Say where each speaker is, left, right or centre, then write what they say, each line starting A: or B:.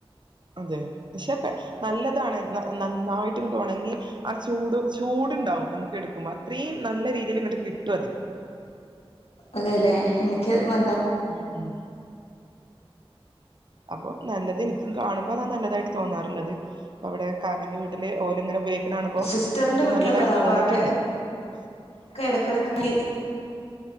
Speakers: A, on the right; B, on the left.
A: അതെ പക്ഷെപ്പം നല്ലതാണ് നന്നായിട്ട് ഇങ്ങട്ട് ഉണങ്ങി ആ ചൂട് ചൂടുണ്ടാവും നമുക്ക് എടുക്കുമ്പോ അത്രയും നല്ല രീതിയില് ഇങ്ങട്ട് കിട്ടും അത്
B: അതേലേ എനിക്ക് വന്നാ
A: മം മം അപ്പൊ നല്ലത് എനിക്കും കാണുമ്പോ അതാ നല്ലതായിട്ട് തോന്നാറുള്ളത് അപ്പം അവിടെ കാക്കന്റെ വീട്ടില് ഓല് ഇങ്ങനെ ഉപയോഗിക്കുന്നാണുമ്പോ
B: സിസ്റ്ററിന്റെ
A: എനിക്കും
B: വീട്ടിലൊക്കെ
A: നല്ലതായിട്ട്
B: അതാ അപ്പൊ
A: തോന്നിട്ടുണ്ട്
B: അവിടെ ഒക്കെ ഇടക്കിടക്ക്